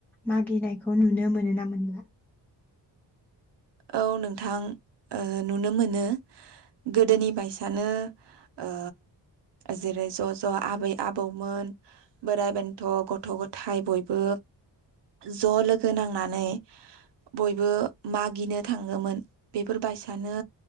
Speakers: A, in the centre; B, on the right (about 70°).
A: मागिनायखौ नुनो मोनो ना मोनला?
B: औ नोंथां ओ नुनो मोनो गोदोनि बायसानो ओ जेरै ज ज आबै आबौमोन बोराइ बेन्थ गथ गथाय बयबो ज लोगो नांनानै बयबो मागिनो थांङोमोन बेफोरबायसानो